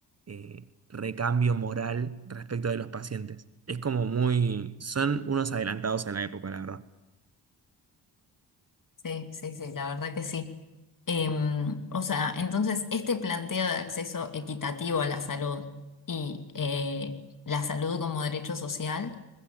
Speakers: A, on the right (about 35°); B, on the left (about 45°).
A: eh, recambio moral respecto de los pacientes. Es como muy, son unos adelantados a la época, la verdad.
B: Sí, sí, sí, la verdad que sí. Em, o sea, entonces este planteo de acceso equitativo a la salud y eh, la salud como derecho social